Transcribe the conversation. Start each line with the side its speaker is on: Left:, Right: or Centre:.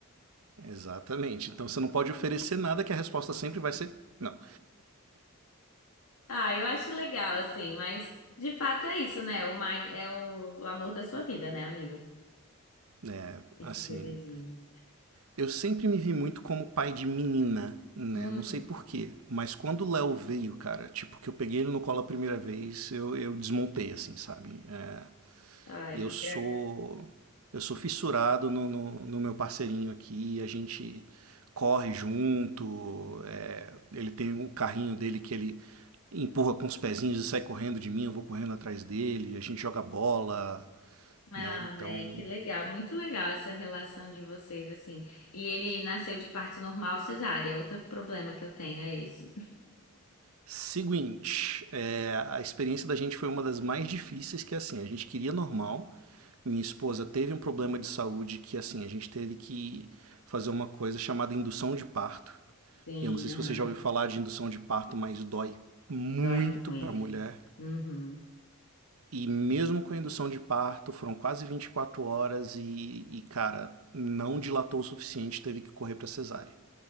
Right: exatamente. Então você não pode oferecer nada que a resposta sempre vai ser não.
Left: Ah, eu acho legal, assim, mas de fato é isso, né? O mais, é o, o amor da sua vida, né, amigo?
Right: É,
Left: Esse
Right: assim,
Left: bebezinho.
Right: Eu sempre me vi muito como pai de menina, né?
Left: Hum,
Right: Não sei porquê, mas quando o Léo veio, cara, tipo, que eu peguei ele no colo a primeira vez, eu, eu desmontei, assim, sabe? É,
Left: ai,
Right: eu
Left: que
Right: sou. Eu sou fissurado no, no, no meu parceirinho aqui, a gente corre junto, é, ele tem o carrinho dele que ele empurra com os pezinhos e sai correndo de mim, eu vou correndo atrás dele, a gente joga bola,
Left: Ah,
Right: né? Então,
Left: velho, que legal, muito legal essa relação de vocês, assim. E ele nasceu de parto normal cesárea, outro problema que eu tenho é esse.
Right: Seguinte, é, a experiência da gente foi uma das mais difíceis, que é assim, a gente queria normal. Minha esposa teve um problema de saúde que assim, a gente teve que fazer uma coisa chamada indução de parto.
Left: Sim,
Right: eu não sei se
Left: aham,
Right: você já ouviu falar de indução de parto, mas dói muito
Left: Dói muito.
Right: para a mulher.
Left: Uhum,
Right: E- mesmo com a indução de parto, foram quase 24 horas e, e, cara, não dilatou o suficiente, teve que correr para cesárea.